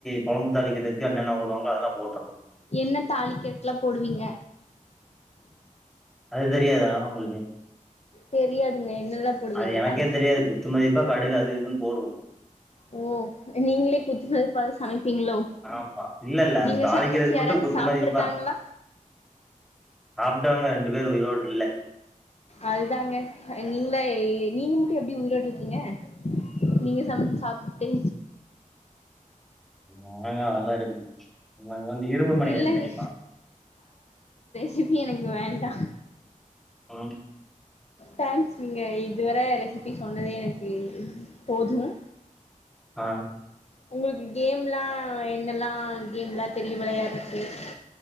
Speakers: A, in the centre; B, on the left.
A: குழம்பு தாளிக்கிறதுக்கு என்னெல்லாம் போடுவாங்களோ அதெல்லாம் போட்றுனும்
B: என்ன தாளிக்கிரதுக்கெல்லாம் போடுவீங்க
A: அது தெரியாதா உங்களுக்கு
B: தெரியாதுங்க என்னலாம் போடுவீங்க
A: அது எனக்கே
B: தாளிக்கரதுக்கு
A: தெரியாது குத்து மதிப்பா கடுகு அது இதுன்னு போடுவோ.
B: ஓ நீங்களே குத்து மதிப்பா சொல் அது ங்களோ
A: ஆமா. இல்ல இல்ல
B: நீங்க
A: தாளிக்கிறதுக்கு
B: சமைச்ச யாராச்சும்
A: மட்டும் குத்து
B: சாப்பட்டுருக்காங்களா
A: மதிப்பா. சாப்பட்டவங்க ரெண்டு பேர் உயிரோடு இல்ல
B: அதுதாங்க நீங்கள நீங்க மட்டும் எப்டி உயிரோடு இருக்கீங்க நீங்க சமைச்சிசாப்பட்டு
A: நாங்க அதல்லா இரு நாங்க வந்து இரும்பு மனிதன்
B: இல்லங்க
A: தெரியுமா
B: சிபி எனக்கு வேண்டாம்
A: <inaudible>
B: தேங்க்ஸ் நீங்க இதுவர ரெசிபி சொன்னதே எனக்கு போதும்
A: ஆ
B: உங்களுக்கு கேம் எல்லாம் என்னெல்லாம் கேம் எலாம் தெரியும் விலையாடருதுக்கு இருக்கு